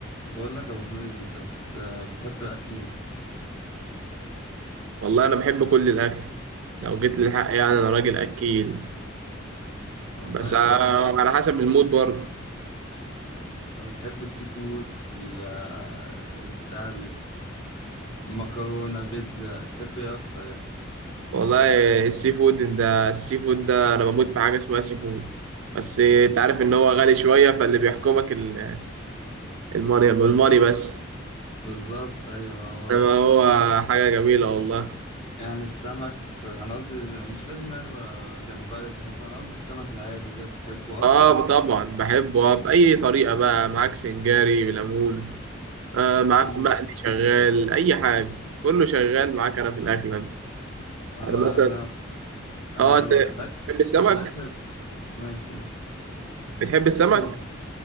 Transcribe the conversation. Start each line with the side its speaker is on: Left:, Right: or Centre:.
Left: بقول لك يا ابو حميد انت بت... بتحب الاكل ايه
Right: والله انا بحب كل الاكل لو جيت للحق يعني انا راجل اكيل
Left: والله
Right: بس ع-
Left: يعني بت-
Right: على حسب المود برضه
Left: بتحب السي فود ال... بتاع المكرونه بيتزا تحب ايه اكتر يعني
Right: والله السي فود ده السي فود ده انا بموت في حاجه اسمها سي فود بس انت عارف ان هو غالي شويه فاللي بيحكمك ال- الماني الماني بس
Left: بالظبط ايوه هو
Right: انما
Left: الفكره
Right: هو
Left: في كده
Right: حاجه جميله والله
Left: يعني السمك انا قصدي مش لازم يعني بقى جمبري مش عارف انا قصدي السمك العادي كده بتحبه اكتر
Right: اه
Left: ولا
Right: طبعا بحبه آه، في اي طريقه بقى معاك سنجاري بليمون آه معاك
Left: امم
Right: مقلي شغال اي حاجه كله شغال معاك انا في الاكل انا
Left: انا
Right: أنا مثلا
Left: انا انا
Right: اه
Left: الواحد
Right: انت
Left: الاكل
Right: بتحب السمك
Left: الاكله ماشي قول
Right: بتحب السمك؟
Left: قول.